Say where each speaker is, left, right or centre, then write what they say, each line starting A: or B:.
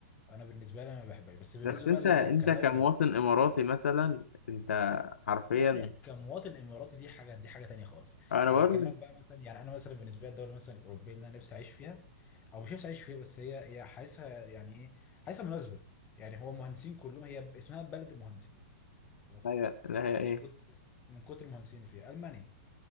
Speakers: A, on the left (about 20°); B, on the left (about 85°).
A: فانا بالنسبه لي أنا ما بحبهاش بس بالنسبه
B: بس انت
A: بقى
B: انت
A: ل- كدوله
B: كمواطن إماراتي مثلا انت حرفيا
A: لا لا كمواطن اماراتي دي حاجه دي حاجه تانية خالص
B: انا
A: انا
B: بقول
A: بكلمك
B: لك
A: بقى مثلا يعني انا مثلا بالنسبه لي الدوله مثلا الاوروبيه اللي انا نفسي اعيش فيها او مش نفسي اعيش فيها بس هي هي حاسسها يعني ايه حاسسها مناسبه يعني هو مهندسين كلهم هي ب- اسمها بلد المهندسين اصلا خلاص
B: هي لا هي ايه
A: كنت من كتر المهندسين اللي فيها المانيا